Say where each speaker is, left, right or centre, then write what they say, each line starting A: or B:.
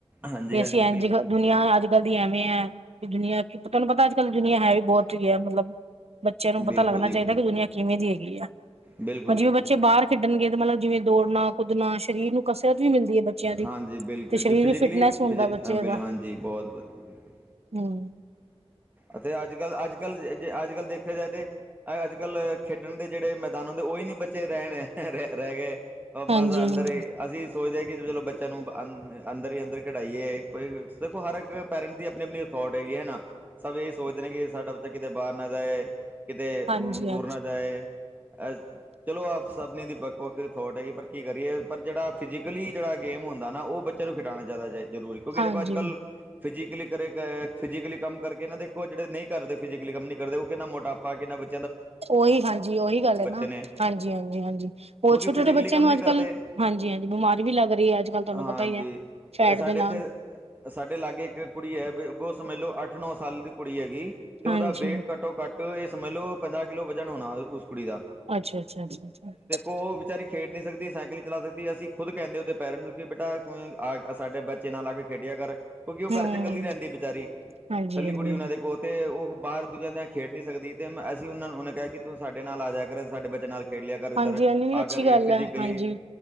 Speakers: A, on the right (about 15°); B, on the right (about 80°).
A: ਹਾਂਜੀ
B: ਵੀ
A: ਹਾਂਜੀ
B: ਅਸੀਂ ਐੰਝ
A: ਬਿਲਕੁਲ
B: ਦੁਨੀਆਂ ਅੱਜ-ਕੱਲ੍ਹ ਦੀ ਐਵੇਂ ਐ, ਕਿ ਦੁਨੀਆਂ ਕਿ ਤੁਆਨੂੰ ਪਤਾ ਅੱਜ-ਕੱਲ ਦੀ ਦੁਨੀਆਂ ਹੈ ਵੀ ਬੌਤ ਹੀ ਐ ਮਤਲਬ ਬੱਚਿਆਂ ਨੂੰ ਪਤਾ
A: ਬਿਲਕੁਲ
B: ਲੱਗਣਾ
A: ਜੀ
B: ਚਾਈਦੈ ਕਿ ਦੁਨੀਆਂ ਕਿਵੇਂ ਦੀ ਹੈਗੀ ਆ।
A: ਬਿਲਕੁਲ
B: ਹੁਣ ਜਿਵੇਂ
A: ਜੀ
B: ਬੱ ਬੱਚੇ ਬਾਰ ਖੇਡਣਗੇ ਤੇ ਮਤਲਬ ਜਿਵੇਂ ਦੌੜਨਾ, ਕੁੱਦਣਾ ਸਰੀਰ ਨੂੰ ਕਸਰਤ ਵੀ ਮਿਲਦੀ ਏ। ਬੱਚਿਆਂ ਦੀ,
A: ਹਾਂਜੀ ਬਿਲਕੁਲ
B: ਤੇ ਸਰੀਰ
A: ਜੀ ਫਿਜ਼ੀਕਲੀ
B: ਵੀ ਫਿਟਨੈਸ ਹੁੰਦੈ
A: ਫਿਜ਼ੀ
B: ਬੱਚੇ
A: ਬਿਲ
B: ਦਾ।
A: ਹਾਂਜੀ ਬਹੁਤ ਵਧੀਆ ਬਿਲਕੁਲ
B: ਹਂ।
A: ਅਤੇ ਅੱਜ-ਕੱਲ੍ਹ ਅੱਜ-ਕੱਲ੍ਹ ਜੇ ਅੱਜ-ਕੱਲ੍ਹ ਦੇਖਿਆ ਜਾਏ ਤੇ ਐ ਅੱਜ-ਕੱਲ੍ਹ ਖੇਡਣ ਦੇ ਜੇੜੇ ਮੈਦਾਨ ਤੇ ਓਹੀ ਨੀ ਬੱਚੇ ਰੈਣ ਰੈਹ ਰੈਹ ਗਏ।
B: ਹਾਂਜੀ
A: ਬਸ
B: ਹਾਂਜੀ
A: ਅੰਦਰ ਏ ਅਸੀਂ ਸੋਚਦੇ ਐ ਕਿ ਚਲੋ ਬੱਚਿਆਂ ਨੂੰ ਅੰ ਅੰਦਰ ਹੀ ਅੰਦਰ ਖੇਢਾਈਏ। ਕੋਈ ਵ ਦੇਖੋ ਹਰ ਏੱਕ ਪੈਰੈਂਟ ਦੀ ਅਪਣੀ-ਅਪਣੀ ਥੋਟ ਹੇਗੀ, ਹੈਨਾ। ਸਭ ਏਹੀ ਸੋਚਦੇ ਨੇ, ਕਿ ਸਾਡਾ ਬੱਚਾ ਕਿਤੇ ਬਾਰ ਨਾ ਜਾਏ, ਕਿਤੇ
B: ਹਾਂਜੀ
A: ਦੂਰ
B: ਹਾਂਜੀ
A: ਨਾ ਜਾਏ। ਅੱਜ ਚਲੋ, ਆਪ ਸਭਣੀ ਦੀ ਵੱਖ-ਵੱਖ ਥੋਟ ਹੈਗੀ ਏ, ਪਰ ਕੀ ਕਰੀਏ, ਪਰ ਜੇੜਾ ਫਿਜ਼ਕਲੀ ਜੇੜਾ ਗੇਮ ਹੁੰਦਾ, ਓ ਬੱਚ ਚੇ ਨੂੰ ਖਿਡਾਣਾ ਜੈਦਾ ਜਾਏ ਜ਼ਰੂਰੀ। ਕਿਉਂਕਿ
B: ਹਾਂਜੀ
A: ਦੇਖੋ ਅੱਜ-ਕੱਲ, ਫਿਜੀਕਲੀ ਕਰੇ, ਫਿਜ਼ਕਲੀ ਕੰਮ ਕਰਕੇ ਨਾ ਦੇਖੋ ਜੇੜੇ ਨਹੀਂ ਕਰਦੇ, ਫਿਜੀਕਲੀ ਕੰਮ ਨੀ ਕਰਦੇ, ਓਕਿੰਨਾ ਮੋਟਾਪਾ ਕਿੰਨਾ ਬੱ
B: ਓ ਹੀ ਹਾਂਜੀ, ਓਹੀ ਗੱਲ ਐ ਨਾ।
A: ਨੇ
B: ਹਾਂਜੀ-ਹਾਂਜੀ, ਹਾਂਜੀ ਹੋਰ
A: ਕਿਉਂਕਿ
B: ਛੋਟੇ-ਛੋਟੇ
A: ਫਿਜ਼ੀਕਲੀ
B: ਬੱਚੇਆਂ
A: ਕੰਮ
B: ਨੂੰ
A: ਨਹੀਂ
B: ਅੱਜ-ਕੱਲ੍ਹ
A: ਕਰਦੇ
B: ਹਾਂਜੀ- ਹਾਂਜੀ, ਬਿਮਾਰੀ ਵੀ ਲੱਗ ਰਈ ਐ, ਅੱਜ-ਕੱਲ੍ਹ ਤੁਆਨੂੰ
A: ਹਾਂਜੀ
B: ਪਤਾ ਈ ਐ, ਫੈਟ
A: ਸਾਡੇ
B: ਦੇ
A: ਇੱਥੇ
B: ਨਾਲ।
A: ਸਾਡੇ ਲਾਗੇ ਇੱਕ ਕੁੜੀ ਐ, ਬੌ ਸਮਜ ਲੋ ਅੱਠ-ਨੌ ਸਾਲ ਦੀ ਕੁੜੀ ਹੈਗੀ। ਤੇ
B: ਹਾਂਜੀ
A: ਓਦਾ ਵੇਟ ਘੱਟੋ-ਘੱਟ ਏਹ ਸਮਝ ਲੋ ਪੰਜਾਹ ਕਿੱਲੋ ਵਜਨ ਹੋਣਾ, ਓਸ ਕੁੜੀ ਦਾ।
B: ਅੱਛਾ, ਅੱਛਾ, ਅੱਛਾ, ਅੱਛਾ, ਅੱਛਾ।
A: ਓ ਵਿਚਾਰੀ ਖੇਡ ਨੀ ਸਕਦੀ, ਸਾਈਕਲ ਨੀ ਚਲਾ ਸਕਦੀ। ਅਸੀਂ ਖੁਦ ਕੈੰਦੇ ਉਹਦੇ ਪੈਰੈਂਟ ਨੂੰ ਕਿ ਬੇਟਾ ਤੂੰ ਆਏ ਆ ਸਾਡੇ ਬੱਚੇ ਨਾਲ ਆ ਕੇ ਖੇਡਿਆ ਕਰ। ਕਿਉਂਕਿ, ਓ
B: ਹਮ
A: ਘਰ ਚ ਕੱਲੀ ਰੈੰਦੀ ਬੇਚਾਰੀ।
B: ਹਾਂਜੀ
A: ਕੱਲੀ
B: ਹਾਂਜੀ
A: ਕੁੜੀ ਓਨਾਂ ਦੇ ਕੋਲ। ਤੇ ਓ ਬਾਰ ਦੂਜਿਆਂ ਨਾਲ ਖੇਡ ਨੀ ਸਕਦੀ, ਤੇ ਮੈਂ ਅਸੀਂ ਉਨੇ ਕਿਆ ਕਿ ਤੂੰ ਸਾਡੇ ਨਾਲ ਆ ਜਾਯਾ ਕਰ, ਸਾਡੇ ਬੱਚੇਆਂ ਨਾਲ ਖੇਡ ਲਿਆ ਕਰ ਏਧਰ,
B: ਹਾਂਜੀ ਹਾਂਜੀ
A: ਤਾਂ
B: ਅੱਛੀ
A: ਕਰਕੇ
B: ਗੱਲ
A: ਫਿਜੀਕਲੀ।
B: ਹੈ ਹਾਂਜੀ